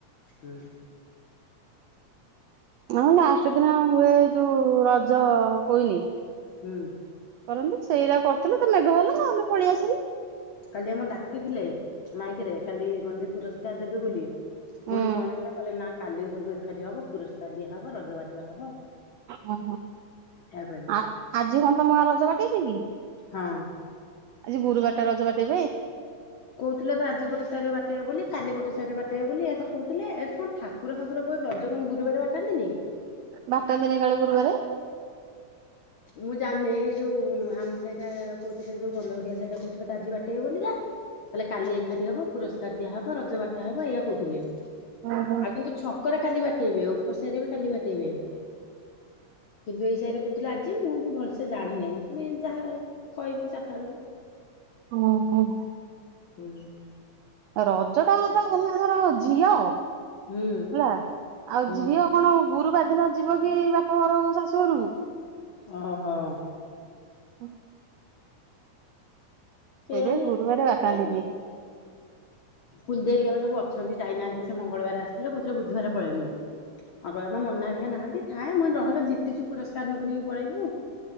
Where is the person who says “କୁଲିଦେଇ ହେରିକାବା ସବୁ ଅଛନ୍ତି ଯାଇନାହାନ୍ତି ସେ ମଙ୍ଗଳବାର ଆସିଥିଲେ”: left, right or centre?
Left